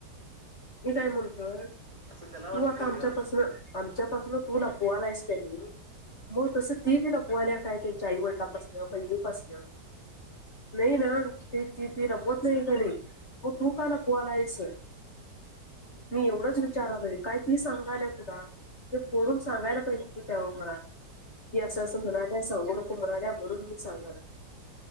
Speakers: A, on the left; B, on the right.
A: मी काय म्हणतोय
B: असं त्याला वाटतंय
A: तू आता आमच्यापासन
B: ग
A: आमच्यापासून तू लपहालासते मी मग तसं ती बी लपवायल्या काय त्यांच्या आईवडलापासन, बहिणीपासन नाही ना त त ती लपवत नाही त्याणी म तू का लपवलाइस? मी एवढंच विचारालुई काय ती सांगायला तुला ते पोडून सांगायला पाहिजे की त्या उरात की असं असं म्हणाल्या सांगू नको म्हणाल्या म्हणून मी सांगणार